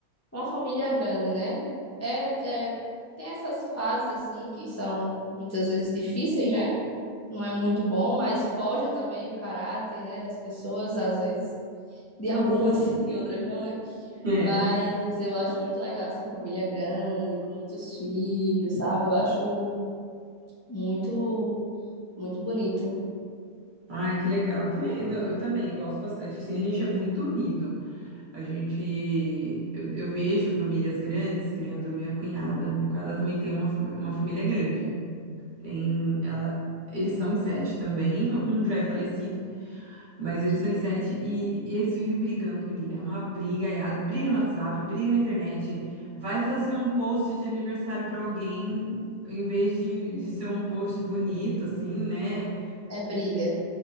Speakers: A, on the left; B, on the right.
A: uma família grande, né? É, é tem essas fases assim que são muitas vezes difíceis, né? não é muito bom, mas forja também o caráter, né, das pessoas, às vezes, de algumas <laughs> sim, outras não, né?
B: É.
A: Mas eu acho muito legal, assim, família grande, com muitos filhos, sabe? Eu acho muito, muito bonito.
B: Ai, que legal. Eu também, eu também gosto bastante. Assim, a gente é muito unido. A gente, eu, eu vejo famílias grandes, que nem a da minha cunhada. Minha cunhada também tem uma, fa- uma família grande. Tem, ela- eles são em sete também, um já é falecido, mas eles são em sete e, e eles vivem brigando, menina. É uma briga, aiada, briga no WhatsApp, briga na internet. Vai fazer um post de aniversário para alguém, em vez de, de ser um post bonito, assim, né?
A: É briga.